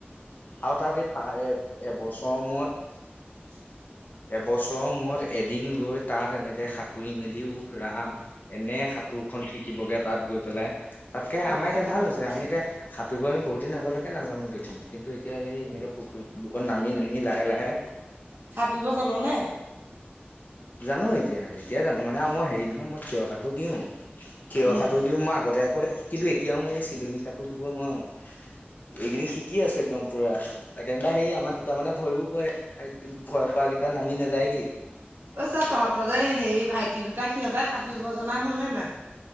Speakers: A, on the left; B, on the right.
A: আৰু তাৰে এই প এ এবছৰ মূৰত
B: <inaudible>
A: এবছৰৰ মূৰত এদিন গৈ তাত এনেকৈ সাঁতুৰি মেলি উফৰাম এনেই সাঁতোৰখন শিকিবগে তাত গৈ পেলাই তাতকে আমাৰ
B: এনে
A: এতিয়া
B: সাঁতুৰিব
A: ভাল হৈছে আমি এতিয়া সাঁুব আি বহুত দিন আগলৈকে নাজানো দেখোন কিন্তু এতিয়া এই এনেকে পুখুৰী বুকত নামি নামি লাহে লাহে
B: খাটিব জাননেে
A: জানো এতিয়া এতিয়াই জানো মানে আৰু মই হেৰি নহয় মই থঠিয় খো দিওঁ থিয়
B: উম
A: খটোো দিও মই আগতে কিন্তু এতিয়াও মই এই চিলনী সতোৰ দিব নোৱাৰো এইকিনি কি আছো একদম পুৰা তাকেনবা হেৰি আমাৰ দুটা মানে ভয়ও কৰে ভয় কৰা কটা নমি না যায়গি
B: পছা তহঁতৰ যে হেৰি ভাইটি দুটা সিহঁতে কাটিব জনা শুনেে নাই